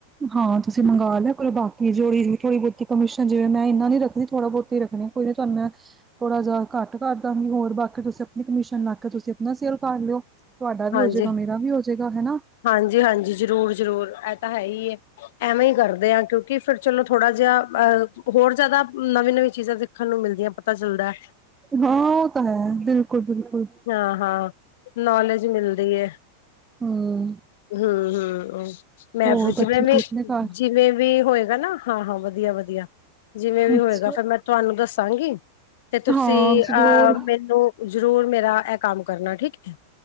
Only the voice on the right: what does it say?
ਹਾਂ ਤੁਸੀਂ ਮੰਗਵਾ ਲਿਆ ਕੋਲ ਬਾਕੀ ਜੋੜੀ ਥੋੜੀ ਬਹੁਤੀ ਕਮਿਸ਼ਨ ਜਿਵੇਂ ਮੈਂ ਇਨਾ ਨੀ ਰੱਖਦੀ ਥੋੜਾ ਬਹੁਤੀ ਰੱਖਣੀ ਕੋਈ ਨਾ ਤੁਹਾਨੂੰ ਥੋੜ੍ਹਾ ਜਾ ਘੱਟ ਕਰਦਾਂਗੀ ਹੋਰ ਬਾਕੀ ਤੁਸੀਂ ਆਪਣੀ ਕਮਿਸ਼ਨ ਲਾ ਕੇ ਤੁਸੀਂ ਆਪਣਾ ਸੇਲ ਕਰ ਲਿਓ। ਤੁਹਾਡਾ ਵੀ
ਹੋਜੇਗਾ ਮੇਰਾ ਵੀ ਹੋਜੇਗਾ ਹਨਾ।
ਹਾਂ ਓ ਤਾਂ ਹੈ ਬਿਲਕੁੱਲ-ਬਿਲਕੁੱਲ
ਹੂੰ।
ਹੋਰ
ਬੱਚੇ
ਠੀਕ ਨੇ ਘਰ।
ਅੱਛਾ
ਹਾਂ ਜ਼ਰੂਰ